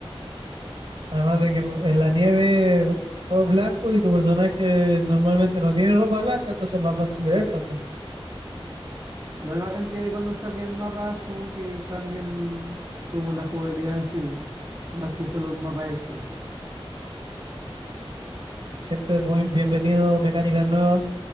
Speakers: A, on the right; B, on the right.
A: Además de que en en la nieve todo es blanco y tu personaje normalmente no tiene ropa blanca, entonces es más fácil de ver también.
B: Igual bacán que cuando saquen mapas como que cambien como la jugabilidad en sí, po. más que solo un mapa extra.
A: Siempre es buen- bienvenido mecánicas nuevas,